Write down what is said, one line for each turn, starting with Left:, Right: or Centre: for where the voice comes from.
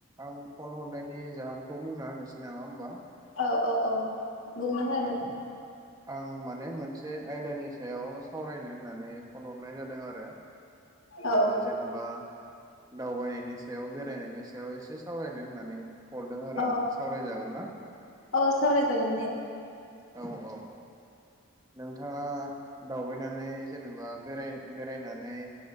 Right: आं फन हरनायनि जाहोनखौ बुंना होनोसै नामा होमबा?
Left: औ औ औ। बुंना हो
Right: ओ
Left: दे
Right: आं माने मोनसे आयदानि सायाव सावरायनो होननानै फन हरनाय जादों आरो
Left: औ
Right: ओ जेनेबा। दावबायनायनि सायाव बे बेरायनायनि सायाव एसे सावरायनो होननानै हरदों आरो
Left: औ
Right: आं सावरायजागोन ना?
Left: औ सावरायजागोन दे
Right: औ औ नोंथाङा दावबायनानै जेनेबा बेराय बेरायनानै